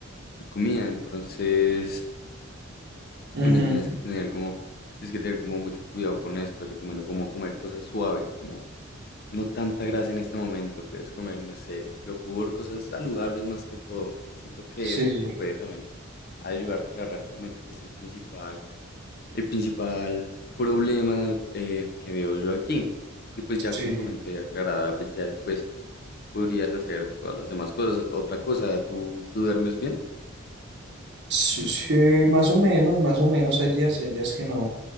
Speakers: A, on the left (about 50°); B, on the right (about 55°).
A: tu comida, entonces... Bueno,
B: Ujú.
A: tienes que tener como, tienes que tener como mucho cuidado con esto. Recomiendo como comer cosas suaves, como no tanta grasa en este momento. Puedes comer, no sé, yogur, cosas saludables más que todo. Siento que
B: Sí,
A: esto te puede también ayudar a aclarar tu mente, que es el principal, el principal problema eh, que veo yo aquí. Y pues ya
B: sí.
A: con tu mente aclarada, pues ya después podrías hacer todas las demás cosas. Otra cosa, ¿tú, tú duermes bien?
B: Sí, sí, más o menos, más o menos. Hay días, hay días que no,